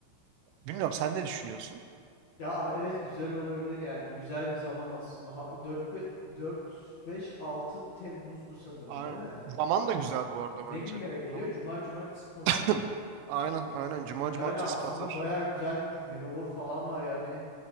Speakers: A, on the right (about 80°); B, on the left (about 55°).
A: bilmiyorum sen ne düşünüyorsun?
B: Ya evet güzel olabilir yani güzel bir zaman aslında. Ha, dört, be 4 5 6 Temmuz'du sanırım
A: Aynen.
B: değil mi?
A: Zaman da güzel bu arada
B: Ne
A: bence.
B: günlere geliyor?
A: Aynen,
B: Cuma, cumartesi, pazar
A: <clears throat>
B: mı?
A: aynen. aynen. Cuma,
B: Yani
A: cumartesi,
B: aslında
A: pazar.
B: bayağı güzelmiş. Manowar falan var yani.